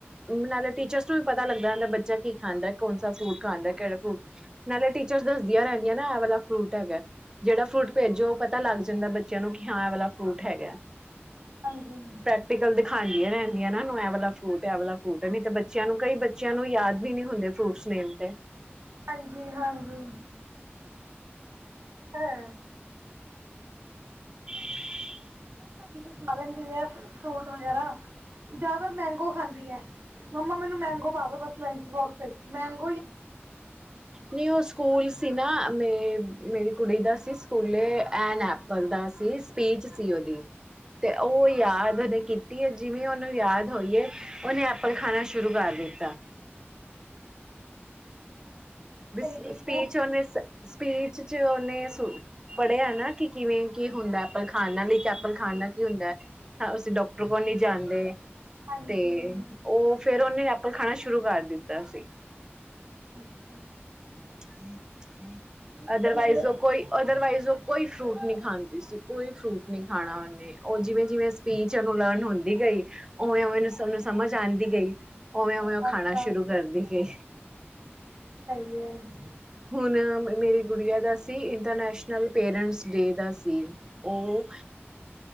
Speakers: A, on the right (about 15°); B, on the right (about 60°).
A: ਨਾਲੇ ਟੀਚਰਸ ਨੂੰ ਵੀ ਪਤਾ ਲੱਗਦਾ ਹੁੰਦਾ ਬੱਚਾ ਕੀ ਖਾਂਦਾ ਕੌਣਸ ਫਰੂਟ ਖਾਂਦਾ ਕਿਹੜਾ ਫਰੂਟ ਨਾਲੇ ਟੀਚਰ ਦੱਸਦੀਆਂ ਰਹਿੰਦੀਆਂ ਨਾ ਐ ਵਾਲਾ ਫਰੂਟ ਹੈਗਾ। ਜਿਹੜਾ ਫਰੂਟ ਭੇਜੋ ਉਹ ਪਤਾ ਲੱਗ ਜਾਂਦਾ ਬੱਚਿਆਂ ਨੂੰ ਕਿ ਹਾਂ ਵਾਲਾ ਫਰੂਟ ਹੈਗਾ।
B: ਹਾਂਜੀ
A: ਪ੍ਰੈਕਟੀਕਲ ਦਿਖਾਉਂਦੀਆਂ ਰਹਿਣ ਇਹ ਵਾਲਾ ਫਰੂਟ ਵਾਲਾ ਫਰੂਟ ਨਹੀਂ ਤੇ ਬੱਚਿਆਂ ਨੂੰ ਕਈ ਬੱਚਿਆਂ ਨੂੰ ਯਾਦ ਵੀ ਨੀ ਹੁੰਦੇ ਫਰੂਟਸ ਨੇਮ ਤੇ
B: ਹਾਂਜੀ ਹਾਂਜੀ ਹਾਂ।
A: <unintelligible>
B: ਨਹੀਂ ਸਾਡੀ ਤੇ ਖਾ ਲੈਂਦੀ ਹੈ ਫਰੂਟ ਵਗੈਰਾ ਜ਼ਿਆਦਾਤਰ ਮੈਗੋ ਖਾਂਦੀ ਹੈ ਮੰਮਾ ਮੈਨੂੰ ਮੈਗੋ ਪਾ ਦੋ ਬਸ ਲੰਚ ਬੋਕਸ ਵਿੱਚ ਮੈਗੋ
A: ਨਊ ਸਕੂਲ ਸੀ ਨਾ ਮੇ ਮੇਰੀ ਕੁੜੀ ਦਾ ਸੀ ਸਕੂਲੇ ਐਨ ਐਪਲ ਦਾ ਸੀ ਸਪੀਚ ਸੀ ਉਹਦੀ ਤੇ ਉਹ ਯਾਦ ਹਨ ਕੀਤੀ ਹੈ ਜਿਵੇਂ ਉਹਨੂੰ ਯਾਦ ਹੋਈਏ ਉਹਹਨੇ ਐਪਲ ਖਾਣਾ ਸ਼ੁਰੂ ਕਰ ਦਿੱਤਾ
B: ਸਹੀ
A: ਸਪੀਚ
B: ਕੀਤਾ
A: ਓਨੇ ਸਪੀਚ ਚ ਓਨੇ ਪੜ੍ਹਿਆ ਨਾ ਕਿ ਕਿਵੇਂ ਕੀ
B: ਹਾਂਜੀ
A: ਹੁੰਦਾ ਐਪਲ ਖਾਣਾ ਲਈ ਚ ਐਪਲ ਖਾਣਾ
B: ਹਾਂਜੀ
A: ਕੀ ਹੁੰਦਾ ਹੈ ਹ ਅਸੀਂ ਡਾਕਟਰ ਕੋਲ ਨਹੀਂੀ ਜਾਣਦੇ
B: ਹਾਂਜੀ
A: ਤੇ ਉਹ ਫੇਿਰ ਉਹਹਨੇ ਐਪਲ ਖਾਣਾ ਸ਼ੁਰ ਸ਼ੁਰੂ ਕਰ ਦਿੱਤਾ ਸੀ
B: ਅੱਛਾ
A: ਠੀਕ ਠੀਕ
B: ਨਹੀਂ ਸਾਡੀ
A: ਅਦਰਵਾਈਜ਼
B: ਤੇ
A: ਉਹ ਕੋਈ ਅਦਰਵਾਈਜ਼ ਉਹ ਕੋਈ ਫਰੂਟ ਨ ਖਾਂਦੀ ਸੀ ਕੋਈ ਫਰੂਟ ਨਹੀਂ ਖਾਣਾ ਉਹਨੇ ਉਹ ਜਿਵੇਂ ਜਿਵੇਂ ਸਪੀਚ ਉਹਨੂੰ ਲਰਨ ਹੁੰਦੀ ਗਈ ਉਵੇਂ ਉਵੇਂ ਨੂੰ ਸੂੰ ਸਮਝ ਆਉਂਦੀ ਗਈ ਉਵੇਂ ਉਵੇਂ ਉਹ ਖਾਣਾ
B: ਆਸ ਪਾਸ
A: ਸ਼ੁਰੂ ਕਰਦੀ ਗਈ
B: ਹ
A: ਹੁਣ ਮੇਰੀ ਗੁੜੀਆਂ ਦਾ ਸੀ ਇੰਟਰਨੈਸ਼ਨਲ ਪੇਰੈਂਟਸ ਡੇ ਦਾ ਸੀ ਉਹ